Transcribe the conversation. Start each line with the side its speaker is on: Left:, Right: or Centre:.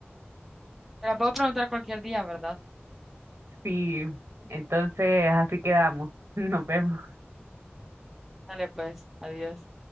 Centre: Te la puedo preguntar cualquier día, ¿verdad?
Right: sí. Entonces, así quedamos. <laughs> Nos vemos.
Centre: Dale, pues, adiós.